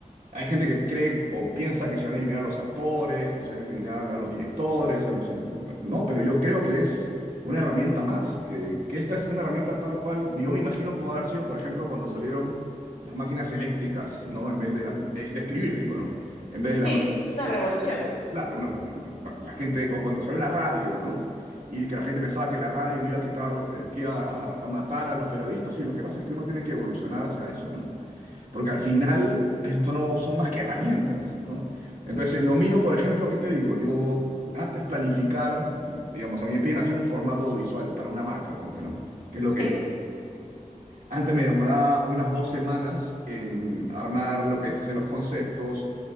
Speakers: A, on the right (about 75°); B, on the left (about 85°).
A: hay gente que cree o piensa que se van a eliminar a los actores, que se van a eliminar a los directores, a los... il- No, pero yo creo que es una herramienta más, que, que esta es una herramienta tal cual, yo me imagino cómo haber sido, por ejemplo, cuando salieron las máquinas eléctricas, ¿no? En vez de las... es De escribir, digo, ¿no? En vez de la...
B: Sí,
A: ma-
B: una
A: eh,
B: revolución.
A: Claro, una- la, la gente, o cuando salió la radio, ¿no? Y que la gente pensaba que la radio le iba a quitar, eh, que iba a, a matar a los periodistas, y lo que pasa es que uno tiene que evolucionar hacia eso, ¿no? Porque al final, esto no son más que herramientas, ¿no? Entonces, en lo mío, por ejemplo, ¿qué te digo? Yo antes planificar, digamos, a mí me piden hacer un formato visual para una marca, ponte, ¿no? Que es lo
B: Sí,
A: que yo. Antes me demoraba unas dos semanas en armar lo que se dice los conceptos,